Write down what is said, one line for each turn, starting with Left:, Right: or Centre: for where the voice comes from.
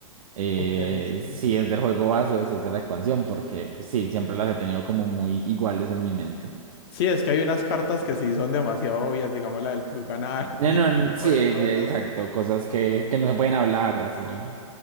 Right: eh,
Left: Ok, sí.
Right: si es del juego base o si es de la expansión, porque pues, sí, siempre las he tenido como muy iguales en mi mente.
Left: Sí, es que hay unas cartas que sí son demasiado obvias, digamos la del plug anal
Right: No,
Left: <laughs> y
Right: no,
Left: ese
Right: n-
Left: tipo
Right: sí,
Left: de
Right: e-
Left: cosas.
Right: exacto, cosas que, que no se pueden hablar o así,